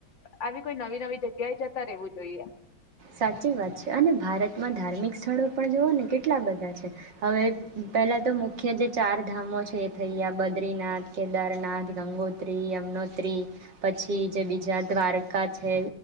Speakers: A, on the left; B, on the right.
A: આવી કોઈ નવી નવી જગ્યાએ જતા રહેવું જોઈએ
B: સાચી વાત છે અને ભારતમાં ધાર્મિક સ્થળો પણ જોઓ ને કેટલા બધા છે હવે પહેલા તો મુખ્ય જે ચાર ધામો છે એ થઈયા બદ્રીનાથ, કેદારનાથ, ગંગોત્રી, યમનોત્રી પછી જે બીજા દ્વારકા છે